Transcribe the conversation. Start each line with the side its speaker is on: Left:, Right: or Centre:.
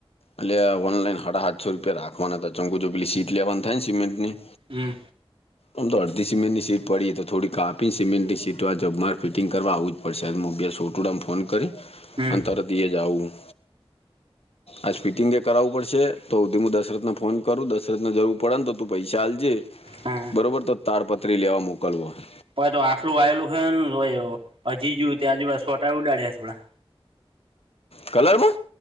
Left: અલ્યા ઓનલાઈન હાડા હાતસો રૂપિયા રાખવાના હતા ચમ કઉ જો પેલી સીટ લેવાનું થાય ને સિમેન્ટ ની
Right: હમ્મ.
Left: આમ તો અડધી સિમેન્ટની સીટ પડીએ તો થોડી કાપીને સિમેન્ટની સીટ હો જબમાર ફિટિંગ કરવા આવું જ વરસાદ મોબય સોટુંડમ ફોન કરી
Right: હમ
Left: અને તરત ઈએ જ આવું હું આજ ફિટિંગ એ કરાવું પડશે તો હુંધી હું દશરથન ફોન કરું દશરથન જરૂર પડન તો તું પૈસા આલજે
Right: હા.
Left: બરોબર તો તારપત્રી લેવા મોકલવો હે.
Right: હોય તો આટલું આવેલું હે તો હજી જુંઓ ત્યાં જુઓ સોટા ઉડાડ્યા થોડા
Left: કલરમાં